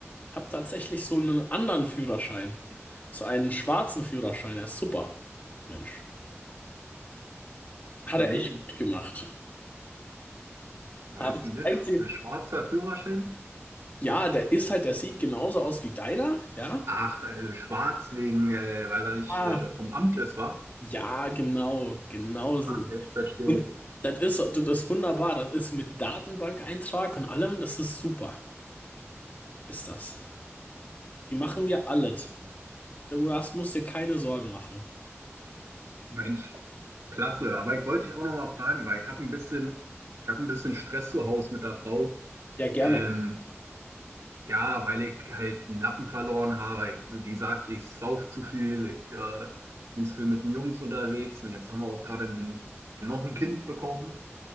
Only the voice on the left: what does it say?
habe tatsächlich so einen anderen Führerschein. So einen schwarzen Führerschein. Er ist super, Mensch. Hat
er echt gut gemacht.
Aber
das
Einzige,
ja, der ist halt, der sieht genauso aus wie deiner, ja?
Ah.
Ja, genau, genau so.
Und
das ist, das ist wunderbar. Das ist mit Datenbankeintrag und allem, das ist super, ist das. Die machen dir alles. Du hast, musst dir keine Sorgen machen.
Ja, gerne.